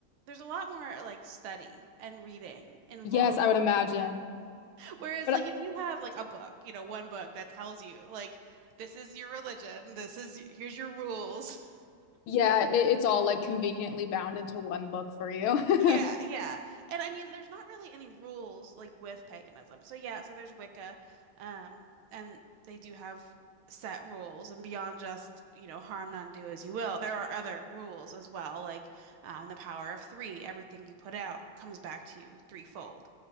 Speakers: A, on the right (about 85°); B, on the left (about 80°).
A: there's a lot more like study and reading involved.
B: yes, I would imagine.
A: Whereas
B: But
A: like
B: uh,
A: if you have like a book, you know, one book that tells you like this is your religion, this is here's your rules.
B: yeah, it, it's all like conveniently bound into one book for you.
A: Yeah,
B: <laughs>
A: yeah. And I mean, there's not really any rules like with paganism. So yeah, so there's Wicca, um, and they do have set rules and beyond just, you know, harm none, do as you will. There are other rules as well, like um, the power of three, everything you put out comes back to you threefold.